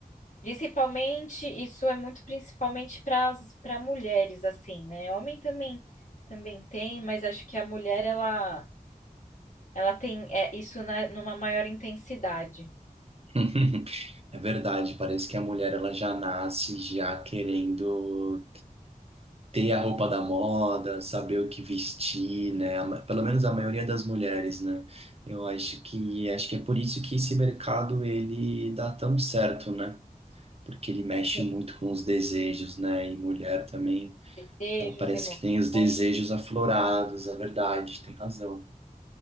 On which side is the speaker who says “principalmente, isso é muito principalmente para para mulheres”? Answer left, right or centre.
Left